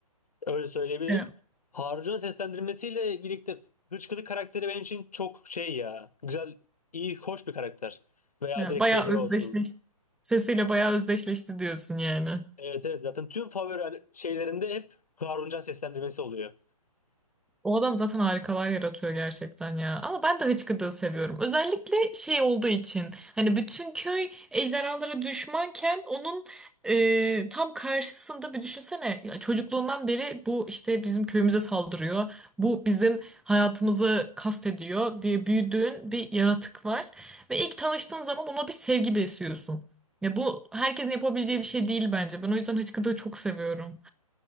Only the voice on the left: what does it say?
Öyle söyleyebilirim.
Harun'un seslendirmesiyle birlikte Hıçkırık karakteri benim için çok şey ya. Güzel, iyi, hoş bir karakter. Veya
direkt
seri
olsun.
Evet evet zaten tüm favori şeylerimde hep Haruncan seslendirmesi oluyor.